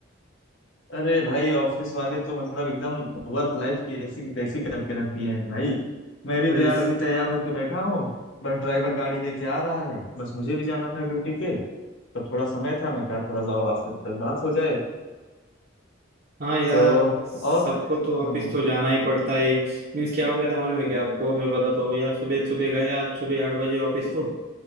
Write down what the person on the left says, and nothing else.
अरे भाई ऑफिस वाले तो मतलब एकदम वर्क लाइफ की ऐसी की तैसी करके रख दिए हैं भाई मैं भी
तो
यार अभी तैयार होके बैठा हूँ बस ड्राइवर गाड़ी लेके आ रहा है बस मुझे भी जाना था ड्यूटी पे तो थोड़ा समय था मैं कहा थोड़ा जाओ आपसे तक बात हो जाए
तो
और
हाँ